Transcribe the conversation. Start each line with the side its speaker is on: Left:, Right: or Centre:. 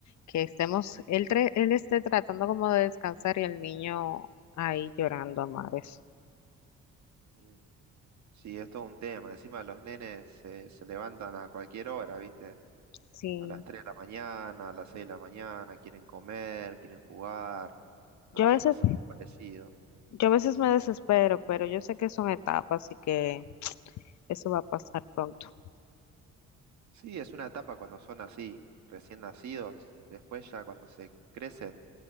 Left: que estemos, él, tre- él esté tratando como de descansar y el niño ahí llorando a mares.
Right: Mm. Sí, es todo un tema. Encima los nenes se, se levantan a cualquier hora, ¿viste?
Left: Sí,
Right: A las 3 de la mañana, a las 6 de la mañana, quieren comer, quieren jugar. A
Left: yo
Right: mí
Left: a veces,
Right: me pasa algo parecido.
Left: yo a veces me desespero, pero yo sé que son etapas, así que... eso va a pasar pronto.
Right: Sí, es una etapa cuando son así, recién nacidos. Después ya cuando se crecen,